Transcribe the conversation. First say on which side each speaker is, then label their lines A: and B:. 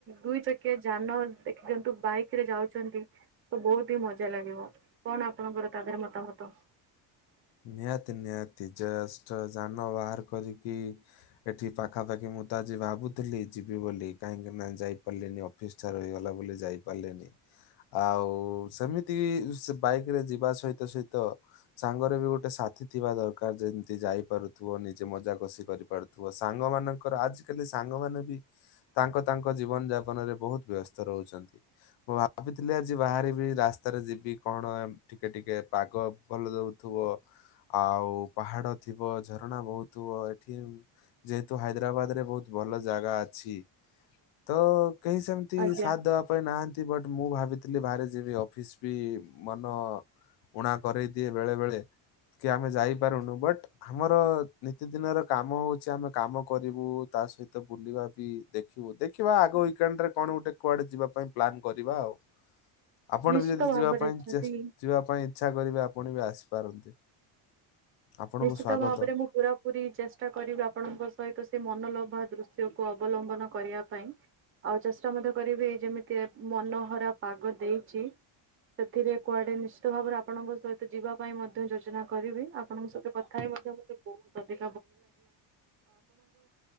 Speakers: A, on the right (about 30°); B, on the left (about 70°).
A: ଦୁଇ ଚକ କିଏ ଯାନ ଦେଖି ଦିଅନ୍ତୁ ବାଇକ ରେ ଯାଉଛନ୍ତି ତ ବହୁତ୍ ଟିକିଏ ମଜା ଲାଗିବ। କଣ ଆପଣଙ୍କର ତା ଦେହରେ ମତାମତ?
B: ନିହାତି ନିହାତି ଜେଷ୍ଠ ଯାନ ବାହାର କରିକି ଏଠି ପାଖାପାଖି ମୁଁ ତ ଆଜି ଭାବୁଥିଲି ଯିବି ବୋଲି କାହିଁକି ନାା ଯାଇପାରିଲିନି ଫିଷ୍ଟାର ହୋଇଇଗଲା ବୋଲି ଯାଇ ପାରିଲିନି। ଆଉ ସେମିତି ସେ ବାଇକ ରେ ଯିବା ସହିତ ସହିତ ସାଙ୍ଗରେ ବି ଗୋଟେ ସାଥି ଥିବା ଦରକାର ଯେମିତି ଯାଇ ପାରୁଥିବ। ନିଜେ ମଜାକସିି କରିପାରୁ ଥିବା ସାଙ୍ଗ ମାନଙ୍କର ଆଜିକାଲି ସାଙ୍ଗ ମାନେ ବି ତାଙ୍କ ତାଙ୍କ ଜୀବନ ଯାପନ ରେ ବହୁତ ବ୍ୟସ୍ତ ରହୁଛନ୍ତି। ମୁଁ ଭାବିଥିଲି ଆଜି ବାହାରିବି ରାସ୍ତାରେ ଯିବି କଣ ଟିକେ ଟିକେ ପାଗ ଭଲ ଦଉଥିବ ଆଉ ପାହାଡ ଥିବ ଝରଣା ବହୁଥିବ ଏଠି ଯେହେତୁ ହାଇଦ୍ରାବାଦ ରେ ବହୁତ ଭଲ ଜାଗା ଅଛି, ତ କେହି ସେମିତି
A: ଆଜ୍ଞା
B: ସାଥ ଦେବା ପାଇଁ ନାହାନ୍ତି ବଟ୍ ମୁଁ ଭାବିଥିଲି ବାହ ଯିବି ଅଫିସ ବି ମନ ଉଣା କରେଇ ଦିଏ ବେଳେ ବେଳେ କି ଆମେ ଯାଇପାରୁନୁ ବଟ ଆମର ନିତିଦିନ ର କାମ ହଉଛି ଆମେ କାମ କରିବୁ ତା ସହିତ ବୁଲିବା ବି ଦେଖିବୁ ଦେଖିବା ଆଗୱ୍ୱିକ୍ ଏଣ୍ଡରେ କଣ ଗୋଟେ କୁଆଡେ ଯିବା ପାଇଁ ପ୍ଲାନ୍ କରିବା ଆଉ। ଆପଣ
A: ନିଶ୍ଚିତ
B: ବି ଯଦି
A: ଭ।
B: ଯିବା
A: ବରେ
B: ପାଇଁ
A: ଯଦି
B: ଚେଷ୍ ଯିବା ପାଇଁ ଇଚ୍ଛା କରିବେ ଆପଣ ବି ଆସିପାରନ୍ତି। ଆପଣଙ୍କୁ
A: ନିଶ୍ଚିତ
B: ସ୍ଵାଗତ।
A: ଭାବରେ ମୁଁ ପୁରା ପୁରୀ ଚେଷ୍ଟା କରିବି ଆପଣଙ୍କ ସହିତ ସେ ମନଲୋଭା ଦୃଶ୍ୟକୁ ଅବଲମ୍ବନ କରିବା ପାଇଁ। ଆଉ ଚେଷ୍ଟା ମଧ୍ୟ କରିବି ଯେମିତି ମନହରା ପାଗ ଦେଇଛି ସେଥିରେ କୁଆଡେ ନିଶ୍ଚିତ ଭାବରେ ଆପଣଙ୍କ ସହିତ ଯିବା ପାଇଁ ମଧ୍ୟ ଯୋଜନା କରିବି। ଆପଣଙ୍କ ସ କଥା ହେଇ ମଧ୍ୟ ମତେ ବହୁତ୍ <inaudible> ଶୁଣି ମତେ